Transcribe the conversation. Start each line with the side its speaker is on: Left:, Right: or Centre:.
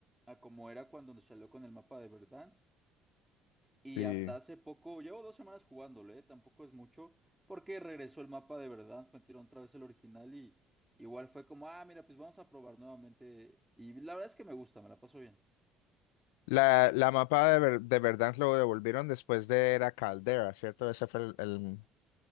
Centre: a como era cuando nos salió con el mapa de Verdansk. Y
Left: Sí.
Centre: hasta hace poco, llevo dos semanas jugándolo, ¿eh? Tampoco es mucho, porque regresó el mapa de Verdansk, metieron otra vez el original y igual fue como, ah, mira, pues vamos a probar nuevamente. Y la verdad es que me gusta, me la paso bien.
Left: La, la mapa de, Ver- de Verdansk lo devolvieron después de Era Caldera, ¿cierto? Ese fue el, el-